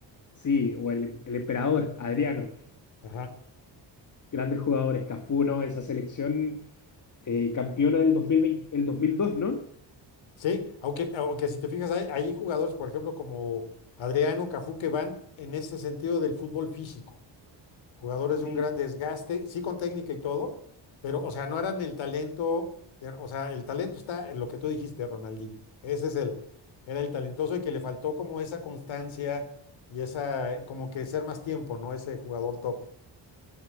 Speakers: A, on the left; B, on the left.
A: Sí, o el, el emperador, Adriano,
B: Ajá.
A: grandes jugadores, Cafú, ¿no? Esa selección eh, campeona del 2020, el 2002, ¿no?
B: Sí, aunque, aunque si te fijas, hay, hay jugadores, por ejemplo, como Adriano Cafú, que van en ese sentido del fútbol físico, jugadores
A: Sí.
B: de un gran desgaste, sí con técnica y todo, pero, o sea, no eran el talento, de- o sea, el talento está en lo que tú dijiste, Ronaldinho. Ese es el, era el talentoso y que le faltó como esa constancia y esa, como que ser más tiempo, ¿no? Ese jugador top.